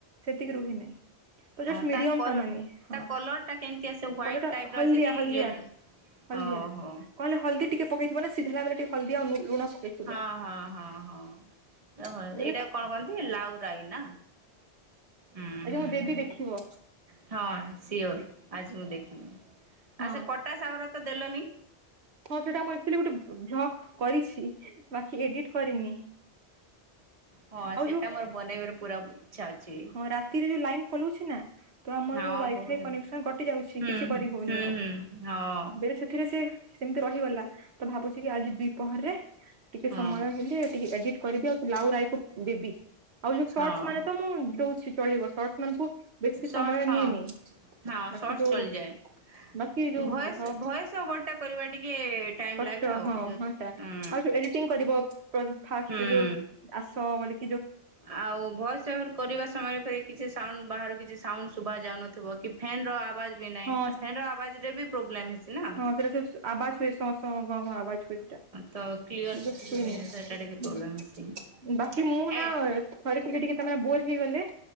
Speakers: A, on the right (about 70°); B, on the right (about 30°).
A: ସେତିକି ରୁହି ନାହିଁ। ତ
B: ହଁ
A: ଜଷ୍ଟ ମିଡିୟମ
B: କଲ
A: ତା ମାନେ ହଁ
B: ତା କଲର ଟା କେମିତି ଆସେ ହ୍ୱାଇଟ୍
A: କଲର
B: ଟାଇପ
A: ଟା
B: ର
A: ହଳଦିଆ
B: ଆସେ କି
A: ହଳଦିଆ।
B: ୟେଲୋ
A: ହଳଦିଆ
B: ଓହୋ
A: କଣ ହେଲେ ହଳଦୀ ଟିକେ ପକେଇଥିବ ନା ସିଝିଲା ବେଳେ ଟିକେ ହଳଦିଆ ନୁ ଲୁଣ ପକେଇ
B: ହଁ ହଁ ହଁ ହଁ। ଓହୋ
A: ବୁଝିଲେ
B: ଏଇଟାକୁ କଣ କହନ୍ତି? ଲାଉରାଇ ନା। ହୁଁ
A: ଆଜି
B: ହୁଁ
A: ମୁଁ ଦେବି
B: ହୁଁ।
A: ଦେଖିବ।
B: ହଁ ସିଓର ଆଜି ମୁଁ ଦେଖିଲି ଆଉ
A: ହଁ
B: ସେ କଟା ସାଗର ତ ଦେଲନି।
A: ହଁ ସେଟା ମୁଁ ଆକଚୁଲି ଗୋଟେ ଭ୍ଲଗ କରିଛି ବାକି ଏଡିଟ କରିନି।
B: ହଁ
A: ଆଉ
B: ସେଟା
A: ଯୋଉ
B: ମୋର ବନେଇବାର ପୁରା ଇଚ୍ଛା ଅଛି
A: ହଁ ରାତିରେ ଯୋଉ ଲାଇନ ପଲଉଛି ନା। ତ ଆମର
B: ହଁ
A: ଯୋଉ ୱାଇଫାଇ
B: ବହୁତ
A: କନେକ୍ସନ କଟି ଯାଉଛି
B: ହୁଁ
A: କିଛି କରି
B: ହୁଁ
A: ହଉନି
B: ହୁଁ
A: ଆଉ
B: ହୁଁ ହଁ
A: ବେଳେ ସେଥିରେ ସିଏ। ସେମିତି ରହିଗଲା ତ ଭାବୁଛି କି ଆଜି ଦି ପହରରେ ଟିକେ
B: ହଁ
A: ସମୟ ହେଲେ ଟିକେ ଏଡିଟ୍ କରିଦିଅ। ଲାଉ ରାଇ କୁ ଦେବି ଆଉ ଯୋଉ ସର୍ଟସ
B: ହଁ
A: ମାନେ ତ ମୁଁ ଦଉଛି ଚଳିବ। ସର୍ଟସ ମାନଙ୍କୁ ବେଶୀ
B: ସର୍ଟସ
A: ସମୟ ନିଏନି
B: ହଁ ହଁ
A: ବାକି
B: ସର୍ଟସ
A: ଯୋଉ।
B: ଚଳିଯାଏ
A: ବାକି
B: ଭଏସ୍
A: ଯୋଉ ଭ
B: <unintelligible> ଟା କରିବା ଟିକେ। ଟାଇମ୍
A: କଷ୍ଟ
B: ଲାଗେ ଆଉ
A: ହଁ
B: ଯଦି
A: ହଁ ଟା
B: ହୁଁ
A: ଆଉ ଯୋଉ ଏଡିଟିଂ କରିବ ପ ଫାର୍ଷ୍ଟ
B: ହୁଁ।
A: ଯୋଉ ଆସ ବୋଲି।
B: ଆଉ ଭଏସ ର କରିବା ସମୟରେ ବି। କିଛି ସାଉଣ୍ଡ ବାହାରୁ କିଛି ସାଉଣ୍ଡ ଶୁଭା ଯାଉନଥିବ କି ଫ୍ୟାନ ର ଆବାଜ। ବି ନାଇ
A: ହଁ
B: ଆ ଫ୍ୟାନର ଆବାଜ ରେ ବି ପ୍ରୋବ୍ଲେମ ହେସି ନା।
A: ଏଥିରେ <unintelligible> ଆବାଜ ହୁଏ ସମସ୍ତଙ୍କ କଣ କଣ ଆ ସମ ପଛା
B: ତ କ୍ଲିଅର କିଛି
A: ମ ସେନ
B: ଶୁଭେନି ସେଟା ଟିକେ ପ୍ରୋବ୍ଲେମ
A: <inaudible>
B: ହେସି
A: ବାକି ମୁଁ
B: ଏ
A: ନା ଥରେ ଟିକେ ଟିକେ ତମେ ବୋର ହେଇଗଲେ